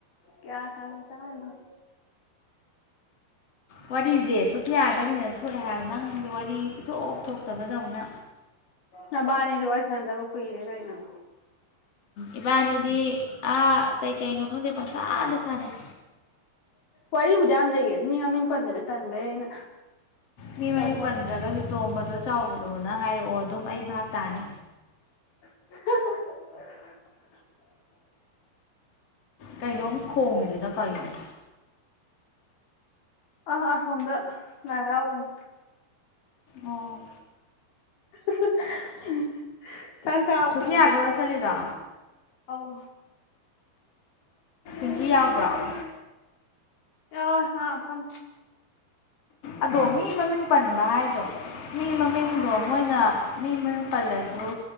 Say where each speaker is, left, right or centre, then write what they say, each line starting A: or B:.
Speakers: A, on the left; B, on the left.
A: ꯀꯌꯥ ꯁꯥꯟꯅꯁꯦ ꯍꯥꯏꯅꫭ
B: ꯋꯥꯔꯤꯖꯦ ꯁꫭ ꯌꯥꯒꯅ ꯍꯦꯟꯅ ꯊꯣꯛꯑꯦ ꯍꯥꯏꯕ ꯅꯪꯖꯦ ꯋꯥꯔꯤ ꯏꯊꯣꯛ ꯊꯣꯛꯇꯕꯗꯧꯅ
A: ꯅꯕꯥꯅꯤꯗꯤ ꯋꯥꯔꯤ ꯁꯥꯟꯅꯗꯕ ꯀꯨꯏꯔꯦ ꯀꯩꯅꫭ
B: ꯏꯕꯥꯅꯤꯗꯤ ꯑꯥ ꯀꯩ ꯀꯩꯅꯣ ꯈꯪꯗꯦ ꯄꯝꯁꯥꯗ ꯁꯥꯅꯩ
A: ꯋꯥꯔꯤꯕꯨꯗꯤ ꯌꯥꯝ ꯂꯩꯌꯦ ꯑꯗꯨ ꯃꯤ ꯃꯃꯤꯡ ꯄꯟꯕꯗꯨ ꯇꯟꯕꯩ ꯑꯩꯅ
B: ꯃꯤ
A: ꯇꯧꯕ
B: ꯃꯃꯤꯡ ꯄꯁꯗ꯭ꯔꯒꯁꯨ ꯇꯣꯡꯝꯕꯗꫭ ꯆꯥꯎꯕꯗꯣꯅ ꯍꯥꯏꯔꯛꯑꯣ ꯑꯗꯨꯝ ꯑꯩ ꯚꯥꯞ ꯇꯥꯅꯤ
A: <inaudible>
B: ꯀꯩꯅꯣꯝ ꯈꯣꯡꯉꯤꯗꯨꯅ ꯀꯩꯅꫭ
A: ꯑ ꯑꯁꫭꯝꯗ ꯂꯥꯏ ꯍꯔꯥꯎꯕꯅꯤ
B: ꯑꯣ
A: <inaudible> <inaudible> ꯆꯥꯛ ꯆꯥꯔꯕ
B: ꯁꯣꯐꯤꯌꯥꯒꯔꯣ
A: ꫭꯅꯪꯗꯦ
B: ꯆꯠꯂꯤꯗꯣ
A: ꯑꯧ
B: ꯟꯖꯤ ꯌꯥꯎꯕ꯭ꯔꫭ
A: ꯌꯥꯎꯋꯦ ꯃꯥ ꯐꯝ
B: ꯑꯗꯣ ꯃꯤ ꯃꯃꯤꯡ ꯄꯟꯕ ꯍꯥꯏꯗꯣ ꯃꯤ ꯃꯃꯤꯡꯗꯣ ꯃꯣꯏꯅ ꯃꯤ ꯃꯃꯤꯡ ꯄꯜꯂꯁꯨ